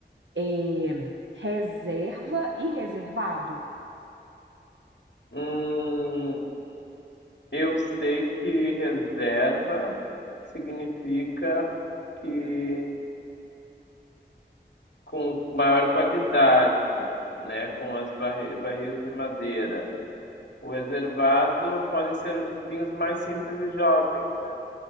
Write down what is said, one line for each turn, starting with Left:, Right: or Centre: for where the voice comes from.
Right: é, reserva e reservado?
Left: Hum, eu sei que reserva significa que com maior qualidade, né? Com as barri barris de madeira. O reservado podem ser vinhos mais simples e jovens, né?